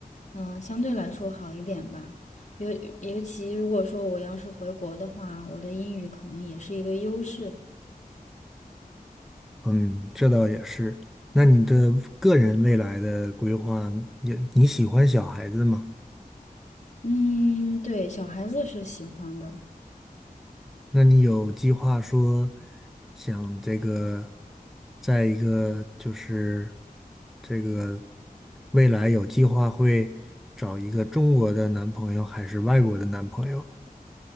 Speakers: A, on the left; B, in the centre.
A: 嗯、相对来说好一点吧。尤尤其如果说我要是回国的话，我的英语可能也是一个优势。
B: 嗯，这倒也是。那你的个人未来的规划，你你喜欢小孩子吗？
A: 嗯，对，小孩子是喜欢的。
B: 那你有计划说想这个，在一个就是这个未来有计划会找一个中国的男朋友还是外国的男朋友？